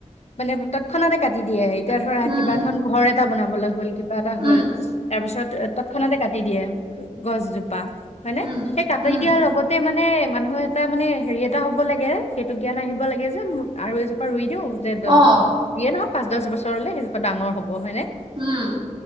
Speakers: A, on the left; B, on the right.
A: মানে তৎক্ষণাতে কাটি দিয়েই। এতিয়া ধৰা
B: উম
A: কিবা এখন ঘৰ এটা বনাবলৈ হ'ল কিবা এটা হ'ল
B: উম
A: তাৰ পিছত। তৎক্ষণাতে কাটি দিয়ে, গছজোপা হয় ন
B: উম
A: সেই কাটি
B: উম
A: দিয়াৰ লগতে মানে। মানুহ এটা মানে হেৰি এটা হব লাগে। সেইটো জ্ঞান আহিব লাগে যে আৰু এজোপা ৰুই দিওঁ। যে দহ
B: অ
A: যি য়ে নহক পাঁচ দহ বছৰলে সেইজোপা ডাঙৰ হ'ব। হয় নে,?
B: উম।